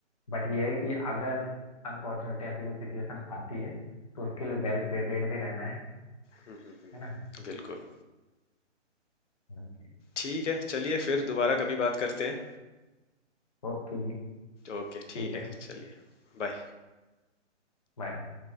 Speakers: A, on the left; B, on the left.
A: बट ये है कि अगर अनफॉर्चुनेटली ऐसी कोई सिचुएशन आती है तो उसके लिए वेल प्रिपेयर्ड भी रहना है
B: हम्म, हम्म, हम्म,
A: है ना
B: बिल्कुल
A: हाँ जी,
B: ठीक है चलिए फिर दोबारा कभी बात करते हैं
A: ओके जी
B: ओके ठीक
A: ठीक
B: है
A: है
B: चलिए बाय
A: bye।